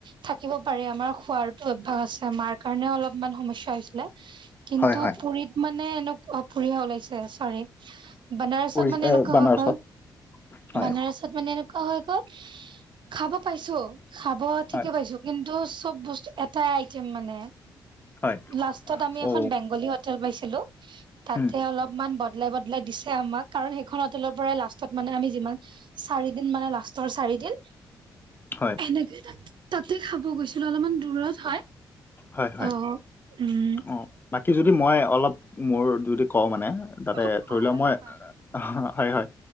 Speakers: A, on the right; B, on the left.
A: থাকিব পাৰে, আমাৰ খোৱাৰ অভ্যাস আছে মাৰ কাৰণে অলপমান সমস্যা হৈছিলে। কিন্তু
B: হয় হয়
A: পুুৰীত মানে এনেক পুৰিহে ওলাইছে চৰি। বনাৰসত
B: উৰি
A: মানে এনেকুৱা
B: বানাৰসত
A: হয় ক
B: হয়
A: বানাৰস তাত মানে এনেকুৱা হৈ গ'ল, খাব পাইছো, খাব ঠিকে
B: হয়
A: পাইছো। কিন্তু চব বস্তু এটাই আইটেম মানে
B: হয়
A: লাষ্টত আমি
B: অ
A: এখন বেংগলী হট- টেল পাইছিলোঁ তাতে
B: উম
A: অলপমান ব- বদলাই, বদলাই দিছে আমাক কাৰণ সেইখন হোটেলৰ পৰাই লাষ্টত মানে আমি যিমান চাৰিদিন মানে, লাষ্টৰ চাৰিদিন।
B: হয়।
A: এনেকে তাত তাতে খাব গৈছিলো অলপমান দূৰত হয়।
B: হয়
A: ত
B: হয়
A: উম
B: অ। বাকী যদি মই অলপ মোৰ যদি কওঁ মানে তাতে
A: অ খোৱা
B: ধৰি লওক মই
A: খোৱা
B: আহা হয় হয়।